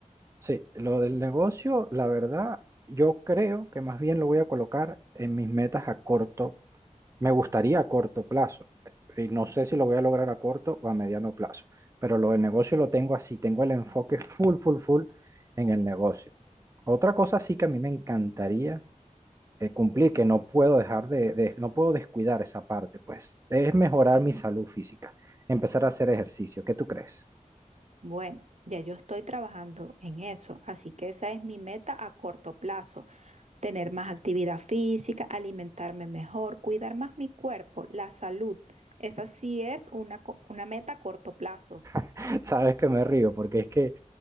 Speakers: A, on the right; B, on the right.
A: Sí, lo del negocio, la verdad, yo creo que más bien lo voy a colocar en mis metas a corto, me gustaría a corto plazo, y no sé si lo voy a lograr a corto o a mediano plazo, pero lo del negocio lo tengo así, tengo el enfoque full, full, full en el negocio. Otra cosa sí que a mí me encantaría eh, cumplir, que no puedo dejar de, de- no puedo descuidar esa parte, pues, es mejorar mi salud física, empezar a hacer ejercicio. ¿Qué tú crees?
B: Bueno, ya yo estoy trabajando en eso, así que esa es mi meta a corto plazo. tener más actividad física, alimentarme mejor, cuidar más mi cuerpo, la salud. Esa sí es una, co- una meta a corto plazo.
A: <laughs> Sabes que me río porque es que